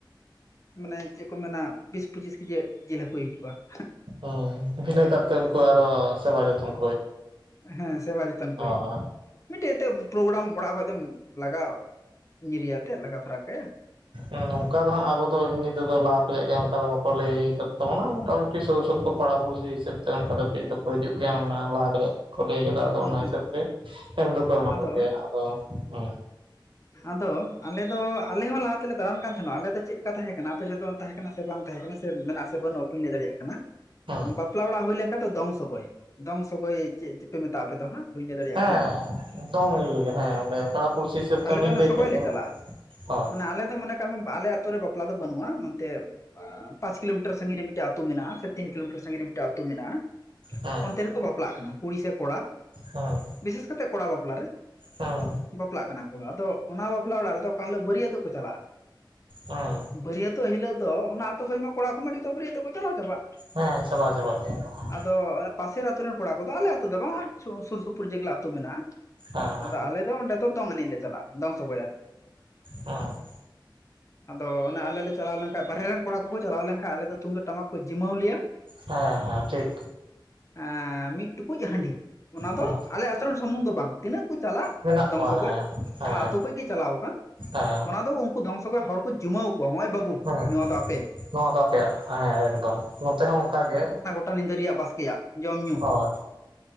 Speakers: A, on the left; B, on the right.
A: ᱢᱟᱱᱮ ᱪᱮᱜ ᱠᱚ ᱢᱮᱱᱟ ᱵᱤᱥ ᱯᱩᱪᱤᱥ ᱠᱤᱡᱤᱭᱮᱫ ᱡᱤᱞ ᱦᱟᱹᱠᱩᱭ ᱦᱩᱭᱩᱜ-ᱟ ᱾
B: ᱚ ᱵᱤᱱᱟᱹ ᱠᱟᱨᱛᱮ ᱩᱝᱠᱩ ᱟᱨᱚ ᱥᱮᱵᱟ ᱡᱚᱛᱚᱱ ᱾
A: ᱦᱮᱸ ᱥᱮᱣᱟ ᱡᱚᱛᱚᱱ ᱠᱚ
B: ᱦᱳᱭ
A: ᱦᱩᱭᱩᱜ-ᱟ ᱾ ᱢᱤᱫᱴᱮᱡ ᱟᱛᱮᱫ ᱯᱨᱳᱜᱲᱟᱢ ᱚᱲᱟᱜ ᱠᱷᱚᱡ ᱫᱚᱢ ᱞᱟᱜᱟᱻᱣ ᱧᱤᱨᱮᱭᱟᱛᱮᱫ ᱞᱟᱜᱟ ᱯᱷᱟᱨᱟᱠ ᱠᱟᱭᱟ ᱾
B: ᱦᱮᱸ ᱚᱝᱠᱟ ᱫᱚ ᱦᱟᱸᱜ ᱟᱵᱚ ᱫᱚ ᱮᱢᱱᱤ ᱛᱮᱫᱚ ᱞᱟᱦᱟ ᱠᱷᱚᱡᱟᱜ ᱜᱮ ᱚᱝᱠᱟ ᱫᱚ ᱵᱟᱠᱚ ᱞᱟᱹᱭ ᱠᱟᱫ ᱛᱟᱵᱚᱱᱟ ᱢᱚᱴᱟ ᱢᱩ- ᱠᱤ ᱥᱩᱨ ᱥᱩᱯᱩᱨ ᱯᱟᱲᱟ ᱯᱩᱲᱥᱤ ᱦᱤᱥᱟᱹᱵᱽ ᱛᱮ ᱚᱝᱠᱟ ᱫᱚ ᱠᱟᱹᱡ ᱫᱚᱠᱚ ᱦᱤᱡᱩᱜ ᱜᱮᱭᱟ ᱚᱱᱟ ᱞᱟᱦᱟ ᱠᱷᱚᱡᱟᱜ᱾ ᱠᱚ ᱞᱟᱹᱭ ᱟᱠᱟᱫᱟ ᱟᱫᱚ
A: ᱦᱩᱸ
B: ᱚᱱᱟ
A: ᱦᱩᱸ
B: ᱦᱤᱥᱟᱹᱵ ᱛᱮ, ᱮᱢ ᱫᱚᱠᱚ ᱮᱢᱟ
A: ᱟᱫᱚ
B: ᱠᱚᱜᱮᱭᱟ ᱟᱫᱚ, ᱦᱩᱸ᱾
A: ᱟᱫᱚ ᱟᱞᱮ ᱫᱚ ᱟᱞᱮ ᱦᱚᱸ ᱞᱟᱦᱟ ᱛᱮᱞᱮ ᱫᱟᱬᱟᱱ ᱠᱟᱱ ᱛᱟᱦᱮᱸᱱᱚᱜ ᱟᱞᱮ ᱫᱚ ᱪᱮᱫ ᱞᱮᱠᱟ ᱛᱟᱦᱮᱸ ᱠᱟᱱᱟ, ᱟᱯᱮᱥᱮᱫ ᱫᱚ ᱛᱟᱦᱮᱸ ᱠᱟᱱᱟ ᱥᱮ ᱪᱮ ᱵᱟᱝ ᱛᱟᱦᱮᱸ ᱠᱟᱱᱟ ᱥᱮ ᱢᱮᱱᱟᱜ ᱥᱮ ᱵᱟᱹᱱᱩᱜᱼᱟ, ᱵᱟᱹᱧ ᱞᱟᱹᱭ ᱫᱟᱲᱮᱭᱟᱜ ᱠᱟᱱᱟ,
B: ᱦᱮᱸ
A: ᱚᱝ ᱵᱟᱯᱞᱟ ᱚᱲᱟᱜ ᱦᱩᱭ ᱞᱮᱱᱠᱷᱟᱱ ᱫᱚ ᱫᱚᱝ ᱥᱚᱜᱚᱭ, ᱫᱚᱝ ᱥᱚᱜᱚᱭ, ᱪᱮᱫ ᱪᱚᱯᱮ ᱢᱮᱛᱟᱜᱼᱟ ᱟᱯᱮ ᱫᱚ ᱦᱟᱸᱜ ᱵᱟᱹᱧ ᱞᱟᱹᱭ ᱫᱟᱲᱮᱭᱟᱜ
B: ᱦᱮᱸ
A: ᱠᱟᱱᱟ
B: ᱫᱚᱝ ᱤᱭᱟᱹ ᱦᱮᱸ, ᱚᱱᱰᱮ ᱯᱟᱲᱟ ᱯᱩᱲᱥᱤ ᱦᱤᱥᱟᱹᱵ
A: ᱟᱞᱮ
B: ᱛᱮ ᱩᱱᱤᱧ
A: ᱫᱚ ᱚᱱᱮ
B: ᱞᱟᱹᱭ
A: ᱥᱚᱜᱚᱭ
B: ᱠᱮᱫ
A: ᱞᱮ
B: ᱫᱚ
A: ᱪᱟᱞᱟᱜ-ᱟ,
B: ᱦᱳᱭ
A: ᱢᱟᱱᱮ ᱟᱞᱮ ᱫᱚ ᱢᱚᱱᱮ ᱠᱟᱜ ᱵᱤᱱ ᱟᱞᱮ ᱟᱹᱛ ᱛᱩ ᱨᱮ ᱵᱟᱯᱞᱟ ᱫᱚ ᱵᱟᱹᱱᱩᱜ-ᱟ, ᱚᱱᱛᱮ ᱟᱸ ᱯᱟᱸᱪ ᱠᱤᱞᱳᱢᱤᱴᱟᱹᱨ ᱥᱟᱺᱜᱤᱧ ᱨᱮ ᱢᱤᱫᱴᱟᱹᱜ ᱟᱹᱛᱩ ᱢᱮᱱᱟᱜ-ᱟ, ᱥᱮ ᱛᱤᱱ ᱠᱤᱞᱳᱢᱤᱴᱟᱨ ᱥᱟᱺᱜᱤᱧ ᱨᱮ ᱴᱟᱹᱜ ᱟᱹᱛᱩ ᱢᱮᱱᱟᱜ-ᱟ,
B: ᱦᱮᱸ
A: ᱚᱱᱛᱮ ᱨᱮᱠᱚ ᱵᱟᱯᱞᱟᱜ ᱠᱟᱱᱟ ᱠᱩᱲᱤ ᱥᱮᱵ ᱠᱚᱲᱟ,
B: ᱦᱮᱸ
A: ᱵᱤᱥᱮᱥ ᱠᱟᱛᱮ ᱠᱚᱲᱟ ᱵᱟᱯᱞᱟ ᱨᱮ
B: ᱦᱮᱸ
A: ᱵᱟᱯᱞᱟᱜ ᱠᱟᱱᱟ, ᱠᱚ, ᱟᱫᱚ ᱚᱱᱟ ᱵᱟᱯᱞᱟ ᱚᱲᱟᱜ ᱨᱮᱫᱚ ᱚᱠᱟ ᱦᱤᱞᱟᱹᱜ ᱵᱟᱹᱨᱤᱭᱟᱹᱛᱚᱜ ᱠᱚ ᱪᱟᱞᱟᱜᱼᱟ,
B: ᱦᱮᱸ
A: ᱵᱟᱹᱨᱤᱭᱟᱹᱛᱚᱜ ᱦᱤᱞᱟᱹᱜ ᱫᱚ ᱚᱱᱟ ᱟᱛᱳ ᱠᱷᱚᱡ ᱢᱟ ᱠᱚᱲᱟ ᱠᱚᱢᱟ ᱡᱚᱛᱚ ᱵᱟᱹᱨᱤᱭᱟᱹᱛᱚᱜ ᱠᱚ ᱪᱟᱞᱟᱣ ᱪᱟᱵᱟᱜ,
B: ᱦᱮᱸ ᱪᱟᱵᱟᱣ ᱪᱟᱵᱟᱜ ᱜᱮᱭᱟ ᱠᱚ ᱾
A: ᱟᱫᱚ ᱚᱱᱟ ᱯᱟᱥᱮᱨ ᱟᱛᱳ ᱨᱮᱱ ᱠᱚᱲᱟ ᱠᱚᱫᱚ ᱟᱞᱮ ᱟᱛᱳ ᱫᱚ ᱵᱟᱝ-ᱟ, ᱟᱨ ᱥᱳᱨ ᱥᱩᱯᱩᱨ ᱡᱮᱜᱮ ᱞᱟᱹ ᱟᱛᱳ ᱢᱮᱱᱟᱜᱼᱟ,
B: ᱦᱮᱸ
A: ᱟᱫᱚ ᱟᱞᱮ ᱫᱚ ᱚᱸᱰᱮ ᱫᱚ ᱫᱚᱝ ᱮᱱᱮᱡ ᱞᱮ ᱪᱟᱞᱟᱜᱼᱟ, ᱫᱚᱝ ᱥᱚᱜᱚᱭ ᱟᱨᱠᱤ᱾
B: ᱦᱚᱸ᱾
A: ᱟᱫᱚ ᱮᱱᱟ ᱟᱞᱮ ᱞᱮ ᱪᱟᱞᱟᱣ ᱞᱮᱱᱷᱟᱡ ᱵᱟᱨᱦᱮ ᱨᱮᱱ ᱠᱚᱲᱟ ᱠᱚᱠᱚ ᱪᱟᱞᱟᱣ ᱞᱮᱱᱠᱷᱟᱱ ᱟᱞᱮ ᱫᱚ ᱛᱩᱢᱫᱟᱜ ᱴᱟᱢᱟᱠ ᱠᱚ ᱡᱤᱢᱟᱹᱣ ᱞᱮᱭᱟ᱾
B: ᱦᱮᱸ ᱦᱮᱸ ᱴᱷᱤᱠ᱾
A: ᱟᱸ ᱢᱤᱫ ᱴᱩᱠᱩᱡ ᱦᱟᱺᱰᱤ᱾ ᱚᱱᱟ
B: ᱦᱮᱸ
A: ᱫᱚ ᱟᱞᱮ ᱟᱛᱳ ᱨᱮᱱ ᱥᱩᱢᱩᱝ ᱫᱚ ᱵᱟᱝ᱾ ᱛᱤᱱᱟᱹᱜ ᱠᱚ ᱪᱟᱞᱟᱜ
B: ᱢᱮᱱᱟᱜ
A: ᱫᱚᱝ
B: ᱠᱚᱣᱟ
A: ᱥᱚᱜᱚᱭ,
B: ᱦᱮᱸ ᱦᱮᱸ
A: ᱡᱟᱦᱟᱸ ᱟᱛᱳ ᱠᱷᱚᱱ ᱜᱮ ᱪᱟᱞᱟᱣ ᱠᱟᱱ
B: ᱦᱮᱸ
A: ᱚᱱᱟ ᱫᱚ ᱩᱱ ᱠᱩ ᱫᱚ ᱫᱚᱝ ᱥᱚᱜᱚᱭ ᱦᱚᱲ ᱠᱚ ᱡᱩᱢᱟᱹᱣ ᱠᱚᱣᱟ ᱱᱚᱜᱼᱚᱭ ᱵᱟᱹᱵᱩ᱾
B: ᱦᱮᱸ
A: ᱱᱚᱣᱟ ᱫᱚ ᱟᱯᱮ
B: ᱱᱚᱣᱟ ᱫᱚ ᱟᱯᱮᱭᱟᱜ᱾ ᱦᱮᱸ ᱮᱠᱫᱚᱢ ᱱᱚᱛᱮ ᱦᱚᱸ ᱚᱱᱠᱟ ᱜᱮ᱾
A: ᱴᱟ ᱧᱤᱫᱟᱹ ᱨᱮᱭᱟᱜᱟᱜ ᱵᱟᱥᱠᱮᱭᱟᱜ ᱡᱚᱢ ᱧᱩ᱾
B: ᱦᱳᱭ